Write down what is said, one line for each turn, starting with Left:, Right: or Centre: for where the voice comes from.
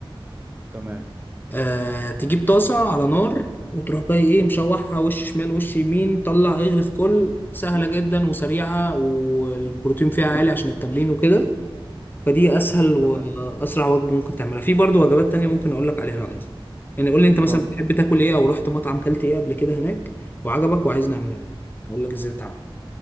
Right: تمام
Left: آه تجيب طاسه على نار وتروح جاي ايه مشوحها وش شمال وش يمين طلع اغرف كل سهله جدا وسريعه والبروتين فيها عالي عشان التمرين وكده فدي اسهل واسرع
Right: تمام
Left: وجبه ممكن تعملها في برضو وجبات تانية ممكن اقول لك عليها لو عايز يعني قول لي انت مثلا
Right: طب
Left: بتحب تاكل ايه او رحت مطعم كلت ايه قبل كده هناك وعجبك وعايز نعملها لك اقول لك ازاي بتعمل